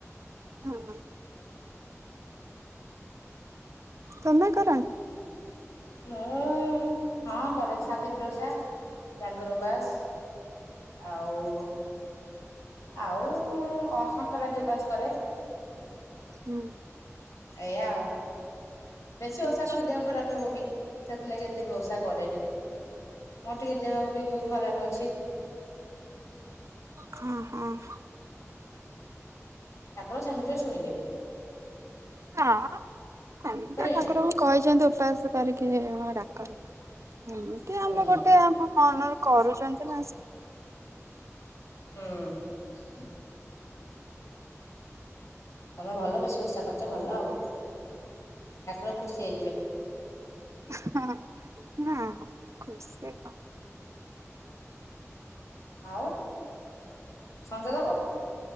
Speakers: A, on the right; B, on the left.
A: ହଁ। ତମ କର ନ୍
B: ମୁଁ ହଁ କରେ ସାବିତ୍ରୀ ଓଷା ଜାଗର ଉପାସ ଆଉ ଆଉ ହଁ ସଂକ୍ରାନ୍ତି ଉପାସ କରେ।
A: ହୁଁ।
B: ଏୟା ଆଉ। ବେଶୀ ଓଷା
A: ଆଚ୍ଛା।
B: କଲେ ଦେହ ଖରାପ ହବ ବି ସେଥିଲାଗି ଏତେ ବି ଓଷା କରେନି ମୋର ଟିକେ ଦେହ ବି ଖରାପ ହ <unintelligible>
A: ହଁ ହଁ।
B: ଠାକୁର ସେମିତିରେ ଶୁଣିବେ।
A: ହଁ ସେମିତିଆ
B: ଶୁଣିବେନି
A: ଠାକୁରଙ୍କୁ କହିଛନ୍ତି ଉପାସ କରିକି ଡାକର ଏମିତି
B: ହୁଁ
A: ଆମେ ଗୋଟେ ଆମ ମନରେ କରୁଛନ୍ତି <inaudible>
B: ହୁଁ। ତମେ ଭଲ ବେଶୀ ଉଷା କରଛ ଭଲ ଆଉ ଠାକୁର ଖୁସି ହେଇଯିବେ।
A: ହ ନା ଖୁସି କ
B: ଆଉ ସଞ୍ଜ ଦେବ?